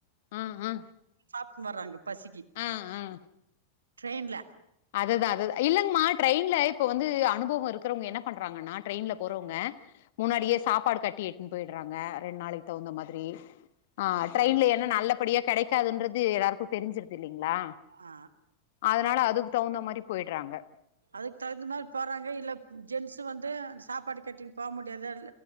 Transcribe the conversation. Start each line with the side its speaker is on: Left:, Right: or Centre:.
Left: ஆ ஆ
Right: அ வராங்க பசிக்கி
Left: ஆ ஆ
Right: ட்ரெயின்ல
Left: அதுதான் அது இல்லங்கம்மா ட்ரெயின்ல இப்ப வந்து அனுபவம் இருக்கறவங்க என்ன பண்றாங்கன்னா டிரரெயின்ல போறவங்க முன்னாடியே சாப்பாடு கட்டி எடுத்து போயிடுறாங்க ரெண்டு நாளைக்கு தகுந்த மாதிரி ஆஹ்
Right: இப்ப
Left: ட்ரெயின்ல என்ன நல்லபடியா கிடைக்காதுன்றது எல்லாருக்கும் தெரி்சிருதுல்ல ங்களா
Right: ஆ
Left: அதனால அதுக்கு தகுந்த மாதிரி போயடுறாங்க
Right: அதுக்கு தகுந்த மாதிரி போறாங்க இல்ல ஜென்ஸு வந்து சாப்பாடு கட்டிங்குனு போக முடியது